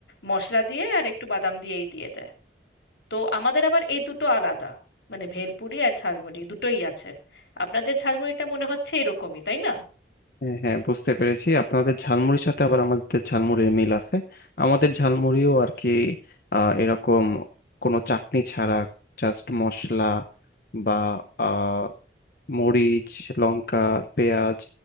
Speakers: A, on the left; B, on the left.
A: মশলা দিয়ে আর একটু বাদাম দিয়েই দিয়ে দেয় তো আমাদের আবার এই দুটো আলাদা মানে ভেলপুরি আর ঝালমুড়ি দুটোই আছে আপনাদের ঝালমুড়িটা মনে হচ্ছে এরকমই তাই না
B: হ্যাঁ হ্যাঁ বুঝতে পেরেছি আপনাদের ঝালমুড়ির সাথে আবার আমাদের ঝালমুড়ির মিল আছে আমাদের ঝালমুড়িও আর কি আহ, এরকম কোনো চাটনি ছাড়া জাস্ট মশলা বা আহ, মরিচ লঙ্কা পেঁয়াজ